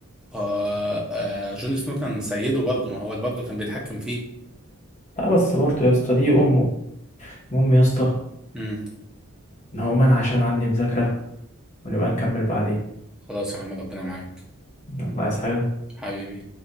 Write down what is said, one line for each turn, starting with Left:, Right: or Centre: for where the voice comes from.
Centre: آه آه جون سنو كان سيده برضه ما هو برضه كان بيتحكم فيه
Left: لا بس برضه يا اسطى دي امه المهم يا اسطى
Centre: مم.
Left: انا هقوم انا عشان عندي مذاكره ونبقى نكمل بعدين
Centre: خلاص يا عم ربنا معاك
Left: يلا عايز حاجه
Centre: حبيبي